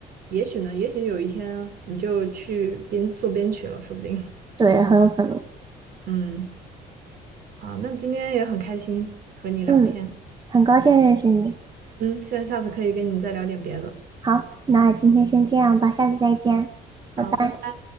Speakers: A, on the right; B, on the right.
A: 也许呢，也许有一天你就去编做编曲了，说不定，
B: 对，很有可能，
A: 嗯。好，那今天也很开心和你聊天，
B: 嗯，很高兴认识你，
A: 嗯，希望下次可以跟你再聊点别的。
B: 好，那今天先这样吧，下次再见，拜拜。
A: 好，拜拜。